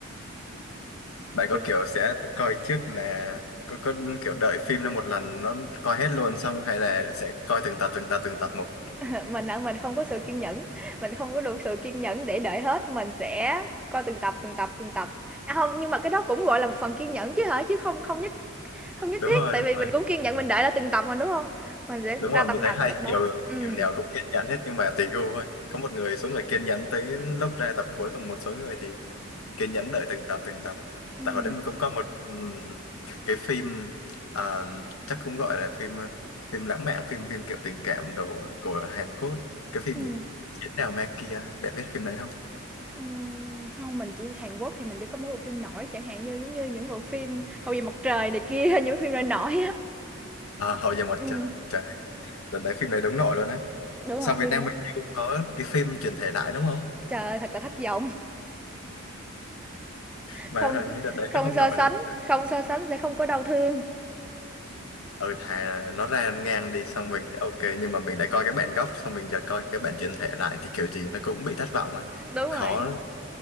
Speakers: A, on the left (about 75°); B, in the centre.
A: Bạn
B: thì
A: có kiểu sẽ coi trước là có có kiểu đợi phim ra một lần nó coi hết luôn xong hay là sẽ coi từng tập từng tập từng tập một.
B: <laughs> mình á mình không có sự kiên nhẫn mình không có đủ sự kiên nhẫn để đợi hết mình sẽ coi từng tập từng tập từng tập à, không nhưng mà cái đó cũng gọi là một phần kiên nhẫn chứ hả chứ không không nhất Không nhất
A: Đúng
B: thiết,
A: rồi,
B: tại
A: đúng
B: vì
A: rồi.
B: mình cũng kiên nhẫn mình đợi ra từng tập mà, đúng không? Mình sẽ
A: Đúng rồi,
B: ra tập
A: mình
B: nào
A: thấy hai
B: coi tập đó.
A: chiều
B: Ừm.
A: kiểu nào cũng kiên nhẫn hết nhưng mà tùy gu thôi. Có một người số người kiên nhẫn tới lúc ra tập cuối còn một số người thì kiên nhẫn đợi từng tập từng tập.
B: Ừm,
A: Tại hồi đấy mình cũng có một ừm, cái phim à, chắc cũng gọi là phim ờ, phim lãng mạn, phim phim kiểu tình cảm đồ của Hàn Quốc. Cái phim
B: ừm,
A: gì? Chiến nào ma kia, bạn biết phim đấy không?
B: ừm, không mình chỉ Hàn Quốc thì mình chỉ có mấy bộ phim nổi, chẳng hạn như giống như những bộ phim Hậu duệ mặt trời này kia, <laughs> những cái phim nổi nổi á.
A: À, Hậu Duệ Mặt
B: Ừm,
A: Trời trời đợt đấy phim này đúng nổi luôn á
B: đúng
A: sau
B: rồi, phim
A: Việt Nam
B: đó.
A: mình như cũng có cái phim chuyển thể lại đúng không
B: Trời ơi, thật là thất vọng,
A: mà
B: không
A: hình như đợt đấy
B: Không
A: nó không
B: so
A: nổi
B: sánh,
A: lắm ừ
B: không so sánh sẽ không có đau thương.
A: ừ, thà nó ra ngang đi xong mình sẽ ok nhưng mà mình đã coi cái bản gốc xong mình giờ coi cái bản chuyển thể lại thì kiểu gì nó cũng bị thất vọng mà
B: Đúng
A: khó
B: rồi.